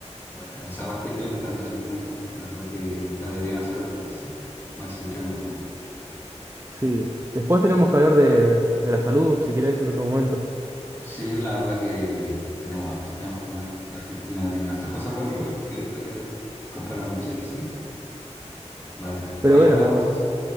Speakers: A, on the left; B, on the right.
A: Bueno, esa parte creo que está mejor implementada. La verdad que acá deberían hacer algo parecido. Masificarlo un poco más.
B: Sí. Después
A: Ah,
B: tenemos que hablar de, de la salud, si querés, en otro momento.
A: Sí, la verdad que tenemos hartos temas por hablar. Y Argentina tiene hartas cosas buenas <laughs> igual que destacar comparado con Chile, sí. Vale, ahí
B: Pero bueno,
A: hablamos entonces.